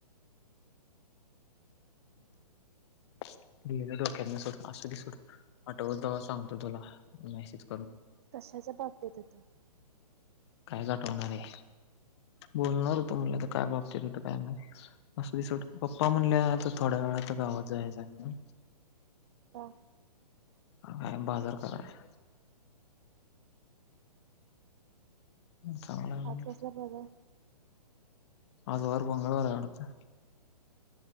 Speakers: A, on the left (about 40°); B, on the right (about 40°).
A: गेलं डोक्यातन सोड असूदे सोड आठवल तवा सांगतो तुला मॅसेज.
B: कशाच्या बाबतीत हो तो?
A: काय गाठवणार आहे? बोलणार होतो म्हणलं तर काय बाबतीत होत काय नाही. असूदे सोड, पप्पा म्हणल्या आता थोड्या वेळा. आता गावात जायाचाय.
B: का
A: काय बाजार कराय. चांगलाय.
B: हाच कसला बरं
A: आज वार मंगळवार हाय वाटतं.